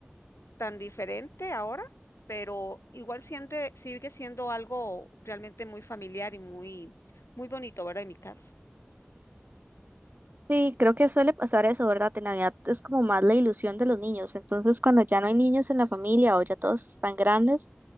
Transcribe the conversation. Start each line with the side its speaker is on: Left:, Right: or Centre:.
Left: tan diferente ahora, pero igual siente- sigue siendo algo realmente muy familiar y muy, muy bonito, ¿verdad? En mi caso.
Right: Sí, creo que suele pasar eso, ¿verdad? En Navidad es como más la ilusión de los niños, entonces cuando ya no hay niños en la familia o ya todos están grandes,